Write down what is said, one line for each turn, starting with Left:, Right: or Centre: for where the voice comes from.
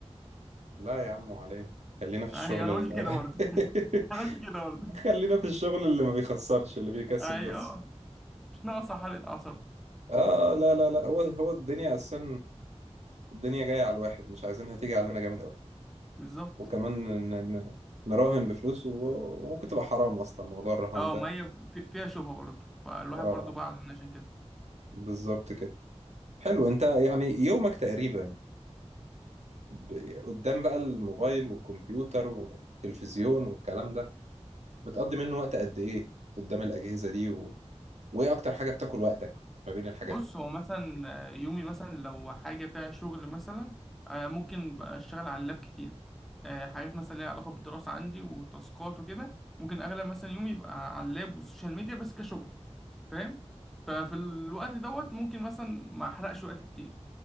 Right: لا يا عم عليه خلينا في الشغل
Centre: ايوه انا
Right: ال
Centre: قلت كده برضه
Right: <laughs>
Centre: <laughs> انا قلت كده برضه
Right: خلينا في الشغل اللي ما بيخسرش اللي بيكسب
Centre: ايوه
Right: بس
Centre: مش ناقصة حرقة اعصاب
Right: اه آه، لا لا لا هو هو الدنيا اساسا الدنيا جايه على الواحد مش عايزينها تيجي علينا جامد قوي
Centre: بالظبط
Right: وكمان ن- ن- نراهن بفلوس و- وممكن تبقى حرام اصلا موضوع الرهان
Centre: اه
Right: ده
Centre: ما هي في- فيها شبهة برضه فالواحد
Right: اه
Centre: برضه بعد عن عشان كده
Right: بالظبط كده حلو انت يعني يومك تقريبا ب- قدام بقى الموبايل والكمبيوتر والتلفزيون والكلام ده بتقضي منه وقت قد ايه قدام الاجهزه دي و... وايه اكتر حاجه بتاكل وقتك ما بين الحاجات
Centre: بص هو مثلا آه، يومي مثلا لو حاجة فيها شغل مثلا آه، ممكن بقى اشتغل على اللاب كتير آه، حاجات مثلا ليها علاقة بالدراسة عندي وتاسكات وكده ممكن اغلب مثلا يومي يبقى على اللاب والسوشيال ميديا بس كشغل فاهم ففي الوقت دوت ممكن مثلا ما احرقش وقت كتير